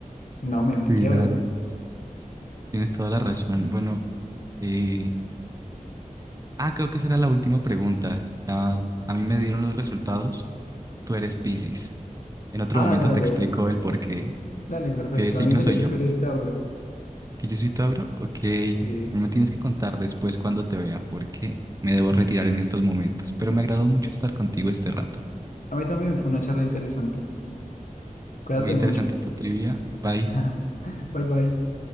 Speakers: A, on the left; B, on the right.
A: No me, me
B: Sí,
A: quiebro.
B: la verdad es que sí. Tienes toda la razón. Bueno, eh, Ah, creo que será la última pregunta. Ya a mí me dieron los resultados. Tú eres Piscis. En otro
A: Ah,
B: momento
A: dale,
B: te explico el por qué.
A: dale, perfecto.
B: ¿Qué signo
A: A mí me salió
B: soy
A: que
B: yo?
A: tú eres Tauro.
B: ¿Que yo soy Tauro? Ok.
A: Sí.
B: No me lo tienes que contar después cuando te vea porque me debo retirar en estos momentos. Pero me agradó mucho estar contigo este rato.
A: A mí también fue una charla interesante. Cuídate
B: Muy interesante
A: mucho.
B: tu trivia. Bye.
A: <laughs> Bye bye.